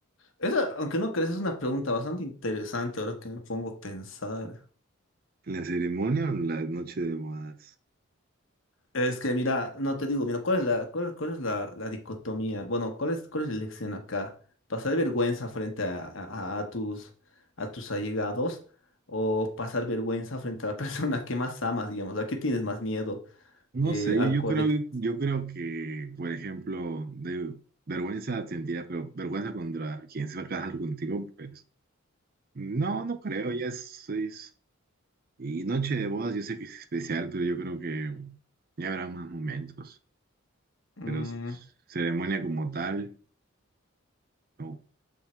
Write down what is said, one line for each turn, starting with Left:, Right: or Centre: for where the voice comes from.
Left: Esa, aunque no crees, es una pregunta bastante interesante ahora que me pongo a pensar.
Right: ¿La ceremonia o la noche de bodas?
Left: Es que mira, no te digo, mira, ¿cuál es la, cuál, cuál es la, la dicotomía? Bueno, ¿cuál es, cuál es la elección acá? ¿Pasar vergüenza frente a, a- a- a tus, a tus allegados o pasar vergüenza frente a la <laughs> persona que más amas, digamos? ¿A qué tienes más miedo?
Right: No
Left: Eh,
Right: sé,
Left: al
Right: yo, yo
Left: colectivo.
Right: creo, yo creo que, por ejemplo, de vergüenza sentirá, pero vergüenza contra quien se va a casar contigo, pues no, no creo, ya es, es- Y noche de bodas, yo sé que es especial, pero yo creo que ya habrá más momentos.
Left: Mm,
Right: Pero s- ceremonia como tal, no.